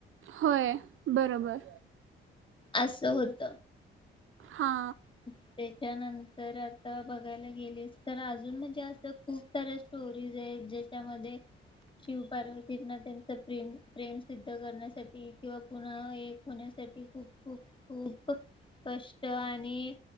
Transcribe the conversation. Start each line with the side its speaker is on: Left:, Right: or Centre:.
Right: होय बरोबर
Left: असं होत.
Right: हा.
Left: <inaudible> त्याच्यानंतर आता बघायला गेलीस तर अजून म्हणजे असं खूप साऱ्या स्टोरीज आहेत ज्याच्यामध्ये शिव पार्वतींना त्यांच प्रेम प्रेम सिद्ध करण्यासाठी किंवा पुन्हा एक होण्यासाठी खूप खूप खूप कष्ट आणि...